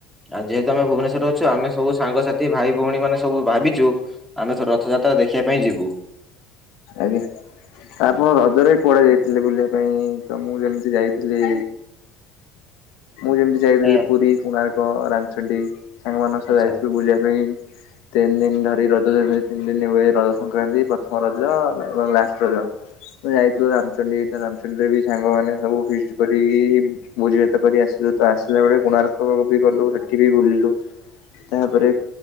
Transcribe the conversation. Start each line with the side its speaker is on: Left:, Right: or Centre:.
Centre: ଆଉ ଯେହେତୁ ଆମେ ଭୁବନେଶ୍ୱରରେ ଅଛୁ ଆମେ ସବୁ ସାଙ୍ଗସାଥି ଭାଇ ଭଉଣୀ ମାନେ ସବୁ ଭାବିଛୁ ଆମେ ତ ରଥଯାତ୍ରା ଦେଖିବା ପାଇଁ ଯିବୁ
Left: ଆଗେ ତ ଆପଣ ରଜରେ ବି କୁଆଡେ ଯାଇଥିଲେ ବୁଲିବା ପାଇଁ ତ ମୁଁ ଯେମିତି ଯାଇଥିଲି ମୁଁ ଯେମିତି ଯାଇଥିଲି
Centre: ଆଜ୍ଞା।
Left: ପୁରୀ କୋଣାର୍କ ରାମଚଣ୍ଡୀ ସାଙ୍ଗମାନଙ୍କ ସହ
Centre: ଆଚ୍ଛା
Left: ଯାଇଥିଲୁ ବୁଲିବା ପାଇଁ ତିନି ଦିନି ଧରି ରଜ ତିନି ଦିନ ହୁଏ ରଜ ସଂକ୍ରାନ୍ତି ପ୍ରଥମ ରଜ ଏବଂ ଲାଷ୍ଟ୍ ରଜ। ମୁଁ ଯାଇଥିଲୁ ରାମଚଣ୍ଡୀ ରାମଚଣ୍ଡୀରେ ବି ସାଙ୍ଗମାନେ ସବୁ ଫିଷ୍ଟ୍ କରି ଭୋଜିଭାତ୍ ଭାତ କରି ଆସିଲୁ, ତ ଆସିଲା ବେଳେ କୋଣାର୍କ ବି ଗଲୁ ସେଠି ବି ବୁଲିଲୁ ତାପରେ